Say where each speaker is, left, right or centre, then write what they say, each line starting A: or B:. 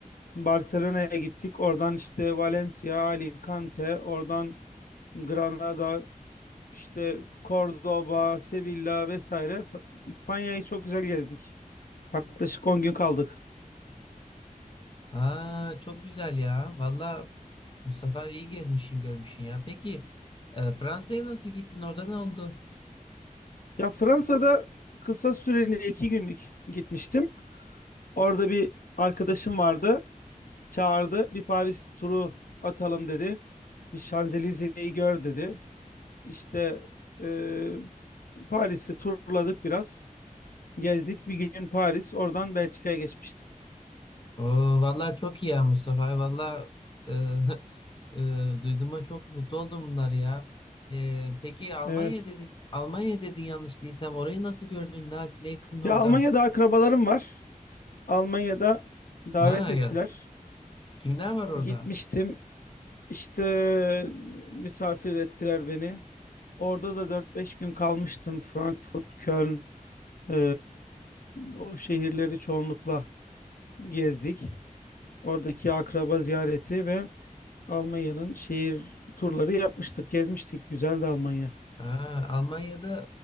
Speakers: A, on the left; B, on the left.
A: Barcelona'ya gittik. Oradan işte Valencia, Alicante, oradan Granada, işte Cordoba, Sevilla vesaire F- İspanya'yı çok güzel gezdik. Yaklaşık 10 gün kaldık.
B: Ha, çok güzel ya. Valla Mustafa iyi gezmişsin, görmüşsün ya. Peki e, Fransa'ya nasıl gittin? Orada ne oldu?
A: Ya Fransa'da kısa süreli 2 günlük gitmiştim. Orada bir arkadaşım vardı. Çağırdı. Bir Paris turu atalım dedi. Bir Şanzelize'yi gör dedi. İşte e, Paris'i turladık biraz. Gezdik. Bir gün Paris, oradan Belçika'ya geçmiştim.
B: Oo, vallahi çok iyi ya Mustafa. Vallahi e, <laughs> e, duyduğuma çok mutlu oldum bunları ya. E, peki Almanya
A: Evet.
B: dedin, Almanya dedin yanlış değilsem orayı nasıl gördün? Ne, ne ettin orada?
A: Ya Almanya'da akrabalarım var. Almanya'da davet
B: Ha
A: ettiler.
B: ya. Kimler var orada?
A: Gitmiştim. İşte misafir ettiler beni. Orada da dört beş gün kalmıştım. Frankfurt, Köln, e, o şehirleri çoğunlukla gezdik. Oradaki akraba ziyareti ve Almanya'nın şehir turları yapmıştık, gezmiştik. Güzeldi Almanya.
B: Ha, Almanya'da